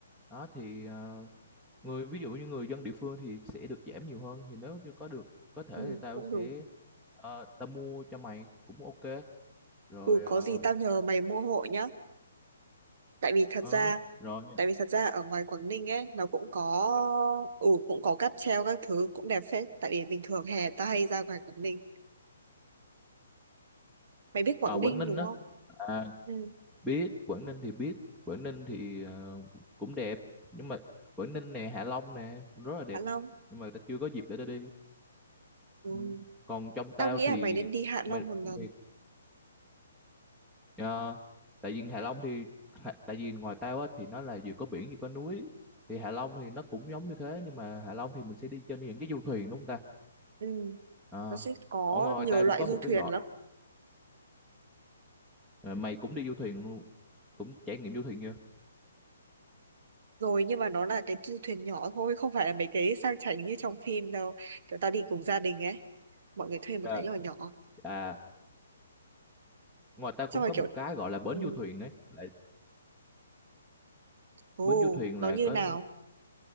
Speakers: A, in the centre; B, on the right.
A: đó thì ờ, người ví dụ như người dân địa phương thì sẽ được giảm nhiều hơn thì nếu như có được có thể
B: ừ,
A: thì tao
B: cũng đúng.
A: sẽ ờ, tao mua cho mày cũng ok rồi
B: Ừ, có
A: ờ,
B: gì tao nhờ mày mua hộ nhá. Tại vì thật
A: ờ,
B: ra
A: rồi
B: tại vì thật ra ở ngoài Quảng Ninh ấy nó cũng có ừ cũng có cáp treo các thứ cũng đẹp phết tại vì bình thường hè tao hay ra ngoài Quảng Ninh mày biết Quảng
A: à, Quảng
B: Ninh
A: Ninh
B: đúng
A: đó
B: không
A: à,
B: ừ
A: biết Quảng Ninh thì biết Quảng Ninh thì ờ, cũng đẹp nhưng mà Quảng Ninh nè Hạ Long nè cũng rất là đẹp
B: Hạ Long
A: nhưng mà tao chưa có dịp để tao đi
B: ừ.
A: Ừ. còn trong tao
B: tao nghĩ
A: thì
B: là mày nên đi Hạ Long
A: mày
B: một lần
A: mày Ờ, tại vì Hạ Long thì hạ- tại vì ngoài tao á thì nó là vừa có biển vừa có núi thì Hạ Long thì nó cũng giống như thế nhưng mà Hạ Long thì mình sẽ đi trên những cái du thuyền đúng không ta
B: ừ
A: Ờ,
B: nó sẽ có
A: ở ngoài
B: nhiều
A: ta
B: loại
A: cũng có
B: du
A: một
B: thuyền
A: cái gọi
B: lắm
A: ờ, mày cũng đi du thuyền luôn cũng trải nghiệm du thuyền chưa
B: rồi nhưng mà nó là cái du thuyền nhỏ thôi không phải là mấy cái sang chảnh như trong phim đâu kiểu tao đi cùng gia đình ấy mọi người thuê một
A: Dạ.
B: cái nhỏ nhỏ
A: à ngoài ta cũng
B: xong rồi
A: có
B: kiểu
A: một cái gọi là bến
B: ừ
A: du thuyền ấy là
B: ồ
A: bến du thuyền
B: nó
A: là
B: như
A: có
B: nào